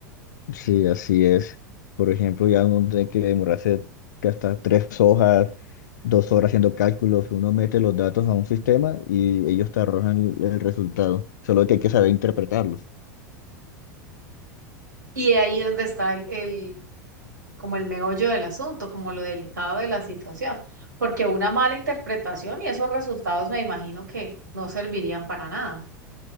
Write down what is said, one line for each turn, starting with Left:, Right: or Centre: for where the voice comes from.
Left: Sí, así es. Por ejemplo, ya uno tiene que demorarse hasta tres hojas, dos horas haciendo cálculos. Uno mete los datos a un sistema y ellos te arrojan el resultado. Solo que hay que saber interpretarlos.
Right: Y de ahí donde está el, el- como el meollo del asunto, como lo delicado de la situación, porque una mala interpretación y esos resultados me imagino que no servirían para nada.